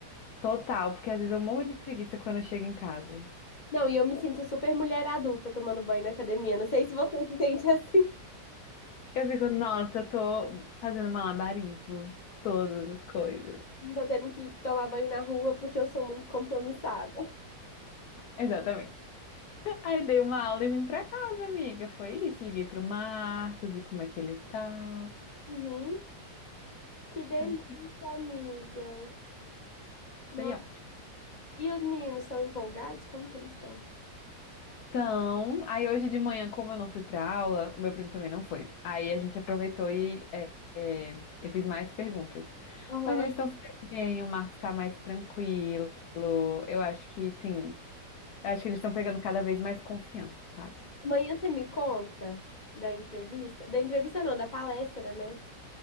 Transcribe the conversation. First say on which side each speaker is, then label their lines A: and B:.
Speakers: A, on the left; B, on the left.
A: Total, porque às vezes eu morro de preguiça quando eu chego em casa.
B: Não, e eu me sinto super mulher adulta tomando banho na academia. Não sei se você se sente <laughs> assim.
A: Eu fico, nossa, eu tô fazendo malabarismo, todas as coisas.
B: Não tô tendo que tomar banho na rua porque eu sou muito compromissada.
A: Exatamente. <laughs> Aí dei uma aula e vim pra casa, amiga. Foi isso. Liguei pro Marcos, vi como é que ele tá.
B: Uhum. Que delícia,
A: Tranquilo.
B: amiga. Nossa.
A: Foi ótimo.
B: E os meninos são empolgados? Como que eles estão?
A: Então, aí hoje de manhã, como eu não fui pra aula, o meu primo também não foi. Aí a gente aproveitou e é, é, eu fiz mais perguntas.
B: Aham.
A: Mas eles estão super bem, o Marcos tá mais tranquilo. Eu acho que, sim. Eu acho que eles estão pegando cada vez mais confiança, sabe?
B: Amanhã você me conta da entrevista? Da entrevista não, da palestra, né?